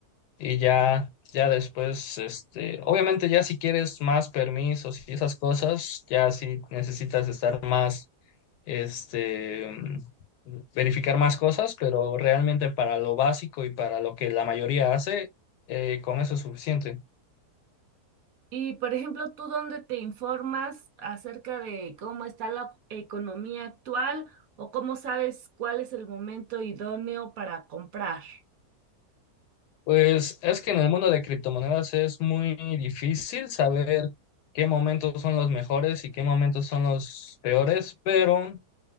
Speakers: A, on the left; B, on the right.
A: Y ya, ya después, este, obviamente ya si quieres más permisos y esas cosas, ya sí necesitas estar más este, mm, verificar más cosas, pero realmente para lo básico y para lo que la mayoría hace, eh, con eso es suficiente.
B: Y, por ejemplo, ¿tú dónde te informas acerca de cómo está la economía actual o cómo sabes cuál es el momento idóneo para comprar?
A: Pues es que en el mundo de criptomonedas es muy difícil saber qué momentos son los mejores y qué momentos son los peores, pero